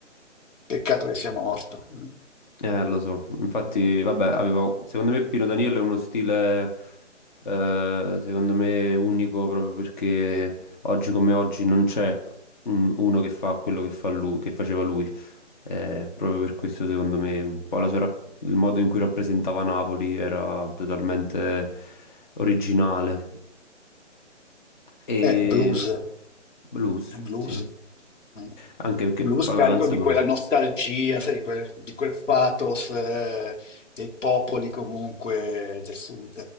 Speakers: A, on the left; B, on the left.
A: Peccato che sia morto. Mm.
B: Eh, lo so. Infatti, vabbè, avevo, secondo me Pino Daniele è uno stile, eh, secondo me, unico proprio perché oggi come oggi non c'è un- uno che fa quello che fa lui, che faceva lui. Eh, proprio per questo, secondo me, un po' la sua rap- il modo in cui rappresentava Napoli era totalmente originale. E
A: È blues,
B: blues,
A: è blues.
B: sì.
A: Mm.
B: Anche perché
A: Blues
B: fa
A: carico
B: la canzone,
A: di quella nostalgia, sai, di quel, di quel pathos eh, dei popoli comunque del sud.